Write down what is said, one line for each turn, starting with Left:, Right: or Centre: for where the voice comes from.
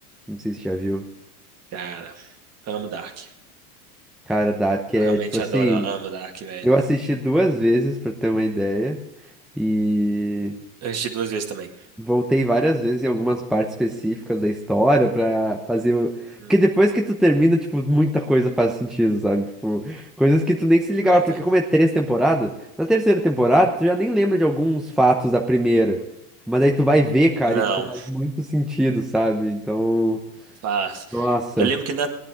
Centre: Não sei se você já viu.
Right: Cara, amo Dark.
Centre: Cara, Dark
Right: Eu
Centre: é
Right: realmente
Centre: tipo assim,
Right: adoro, amo Dark, velho.
Centre: eu assisti duas vezes, pra ter uma ideia, e
Right: Eu assisti duas vezes também.
Centre: Voltei várias vezes em algumas partes específicas da história pra fazer o...
Right: Hum,
Centre: Porque depois que tu termina, tipo, muita coisa faz sentido, sabe? Tipo, coisas que tu nem se ligava,
Right: Muita.
Centre: porque como é três temporadas, na terceira temporada tu já nem lembra de alguns fatos da primeira. Mas aí tu vai ver, cara,
Right: Não,
Centre: e tipo, faz muito sentido, sabe? Então,
Right: tá.
Centre: nossa.
Right: Eu lembro que na,